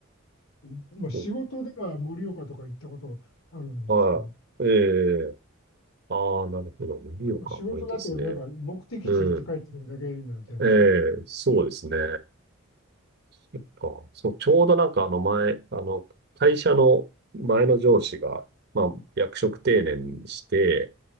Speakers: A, on the left; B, on the right.
A: いまあ、仕事では盛岡とか行ったことあるんですけど、
B: そうか。はい。ええ、ああ、なるほど。盛岡もいいですね。
A: まあ、仕事だとなんか目的地行って帰ってくるだけなんじゃないですか。
B: うん。ええ、そうですね。そっか。そう、ちょうどなんかあの前、あの、会社の前の上司が、まあ、役職定年して、